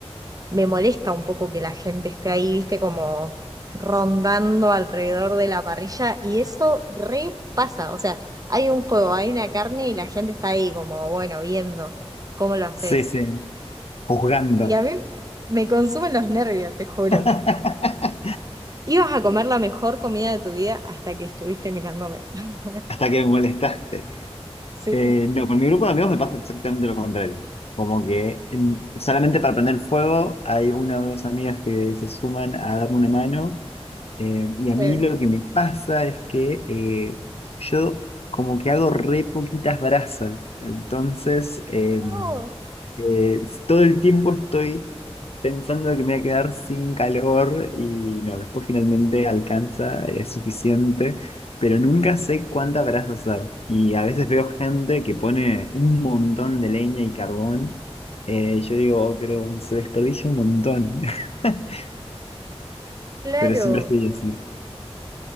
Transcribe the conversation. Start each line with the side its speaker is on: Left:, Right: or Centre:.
Right: me molesta un poco que la gente esté ahí, viste, como rondando alrededor de la parrilla y eso repasa o sea, hay un fuego, hay una carne y la gente está ahí como, bueno, viendo cómo lo haces.
Left: sí, sí, juzgando.
Right: Y a mí me consumen los nervios, te juro.
Left: <laughs> Hasta
Right: Ibas a comer la mejor comida de tu vida hasta que estuviste mirándome. <laughs>
Left: que me molestaste.
Right: Sí,
Left: Eh, no, con mi grupo de amigos me pasa exactamente lo contrario. Como que en- solamente para prender fuego hay una o dos amigas que se suman a darme una mano Eh, y
Right: sí.
Left: a mí lo que me pasa es que eh, yo como que hago re poquitas brasas, entonces eh,
Right: No,
Left: eh, todo el tiempo estoy pensando que me voy a quedar sin calor y no, después finalmente alcanza, es suficiente, pero nunca sé cuántas brasas usar. Y a veces veo gente que pone un montón de leña y carbón, eh, y yo digo, "Oh, pero se desperdicia un montón, <laughs>
Right: claro.
Left: pero siempre estoy así.